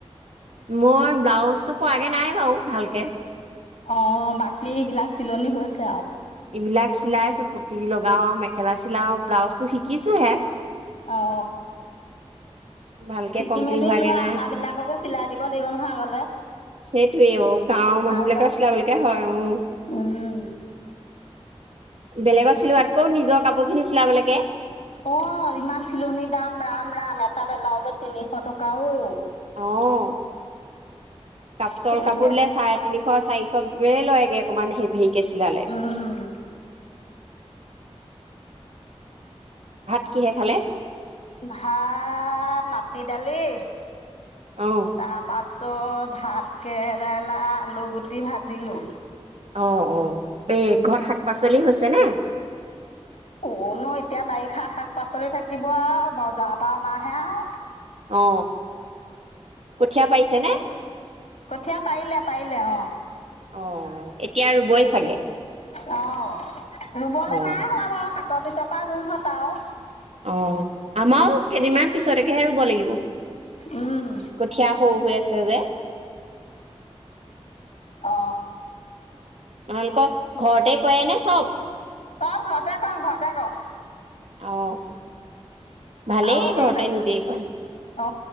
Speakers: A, on the right; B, on the left.
A: মই ব্লাউজো পোৱাগে নাই বাৰু, ভালকে
B: অ বাকী এই বিলাক চিলনি হৈ আছে আৰু।
A: এইবিলাক চিলাইছো পুতি লগাও, মেখেলা চিলাও, ব্লাউজটো শিকিছো হে।
B: অ
A: ভালকে
B: শিকি
A: কমপ্লিট
B: মেলি
A: হোৱ
B: লোৱা
A: গে নাই,
B: আমাৰ বিলাককো চিলাই দিব লাগিব নহয় আগলে
A: সেইটোৱে ব গাঁৱৰ
B: ভালদৰে
A: মানুহ বিলাকৰ চিলাবলৈকে হয়, উ
B: উম
A: বেলেগত চিলোৱাতকৈ নিজৰ কাপোৰ খিনি লাগে
B: অ ইমান চিলনীৰ দাম ৰাম ৰাম এটা বেলাউজত তিনিশ টকা ও
A: আহ পাতল
B: সেই গতিকে
A: কাপোৰ দিলে চাৰে তিনিশ চাৰিশ লয়গে অকমান হেভিকে চিলালে
B: উম
A: ভাত কিহে খালে
B: ভাত মা মাটি দালি
A: অ
B: তাৰ পাচ পাছত ভাত কেৰেলা, আলু গুটি ভাজিলোঁ
A: অ অ, এই ঘৰত শাক পাচলি হৈ ছেনে?
B: কৰনো এতিয়া বাৰিষা শাক পাচলি থাকিব আৰু বজাৰ পৰা অনা হে আৰু।
A: অ, কঠীয়া পাৰিছে নে?
B: কঠীয়া পাৰিলে পাৰিলে অ।
A: অ। এতিয়া ৰুবই চাগে
B: অ, ৰুবলৈ
A: অ
B: নাই হোৱা বাৰু হাটৰ পিছৰপৰা ৰুম হ আৰু।
A: অ, আমাৰো কেইদিনমান পিছতকেহে ৰুব লাগিব, কঠীয়া
B: উম
A: সৰু হৈ আছে যে।
B: অ।
A: তোমালোকক ঘৰতে কয় নে চব।
B: ছব ঘৰতে কৰো ঘৰতে কৰোঁ।
A: অ। ভালেই
B: আৰু হেৰি
A: ঘৰতে
B: ন
A: নিজেই কয়।
B: অ,